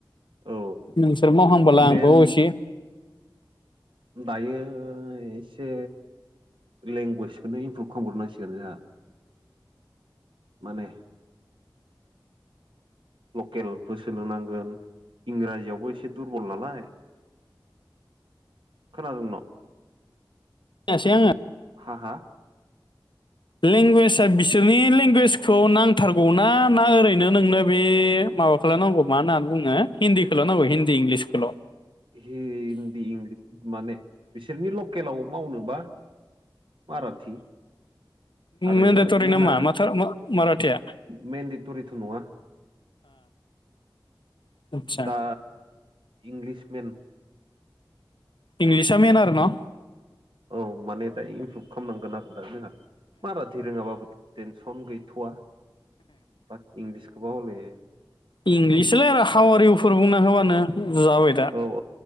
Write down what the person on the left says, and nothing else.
नोंसोर मावहांबोला
आंबो असे
से आङो
लेंगुवेजआ बिसोरनि लेंगुवेजखौ नांथारगौना ना ओरैनो नोंनो बे माबाखौ खौल नांगौ म होनना बुङो हिन्दीखौल' नांगौ हिन्दी इंलिसखौल'
मेन्डेटरि
नामा माथार माराथिया
आतसा
इंलिसआ मेन आरोना
इंलिसलाय आरो हाव आ रिउफोर बुंना होबानो जाबाय दा